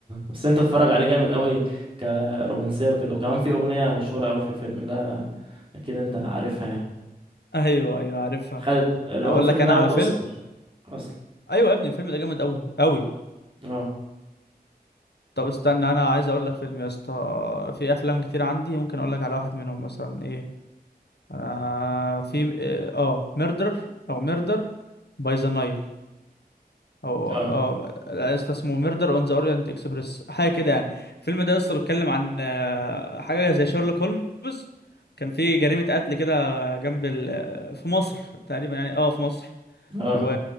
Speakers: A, on the right (about 30°); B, on the left (about 85°).
A: بس انت تتفرج عليه جامد قوي كرومانسيه وكده وكمان في اغنيه مشهوره قوي في الفيلم ده اكيد انت عارفها يعني
B: ايوه ايوه عارفها
A: خدت اللي
B: اقول
A: هو الفيلم
B: لك انا
A: ده واخد
B: على
A: اوسكار
B: فيلم
A: اصلا
B: ايوه يا ابني الفيلم ده جامد قوي قوي
A: مم. اه
B: طب استنى انا عايز اقول لك فيلم يا اسطى في افلام كتير عندي ممكن اقول لك على واحد منهم مثلا ايه انا في اه آه، ميردر او ميردر باي ذا نايل او
A: اه
B: اه اسطى اسمه ميردر اون ذا اورينت اكسبريس حاجه كده يعني الفيلم ده اصلا بيتكلم عن آه، حاجه زي شارلوك هولمز كان في جريمه قتل كده جنب ال... آه، في مصر تقريبا يعني اه في مصر
A: اه
B: و...